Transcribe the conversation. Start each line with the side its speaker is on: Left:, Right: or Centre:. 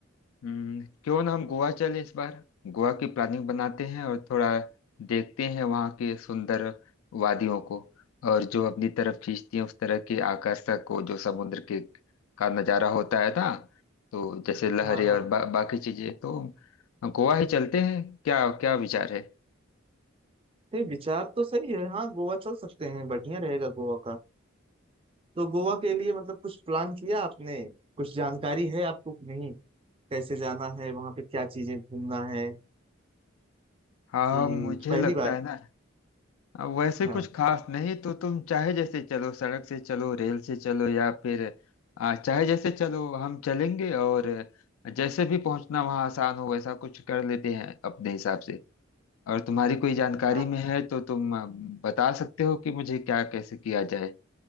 Left: हम्म क्यों ना हम गोवा चलें इस बार गोवा की प्लानिंग बनाते हैं और थोड़ा देखते हैं वहाँ के सुंदर वादियों को और जो अपनी तरफ खींचती हैं उस तरह के आकर्षक को जो समुद्र के का नज़ारा होता है ना तो जैसे लहरें
Right: हाँ हाँ
Left: और बा, बाकी चीजें तो गोवा ही चलते हैं क्या क्या विचार है
Right: नहीं विचार तो सही है हाँ गोवा चल सकते हैं बढ़िया रहेगा गोवा का तो गोवा के लिए मतलब कुछ प्लान किया आपने कुछ जानकारी है आपको कि नहीं कैसे जाना है वहां पे क्या चीजें घूमना है
Left: हाँ
Right: कि
Left: मुझे
Right: पहली
Left: लगता
Right: बार
Left: है ना अब वैसे
Right: हाँ
Left: कुछ खास नहीं तो तुम चाहे जैसे चलो सड़क से चलो रेल से चलो या फिर आ, चाहे जैसे चलो हम चलेंगे और जैसे भी पहुंचना वहां आसान हो वैसा कुछ कर लेते हैं अपने हिसाब से और तुम्हारी कोई जानकारी
Right: हाँ
Left: में है तो तुम आ, बता सकते हो कि मुझे क्या कैसे किया जाए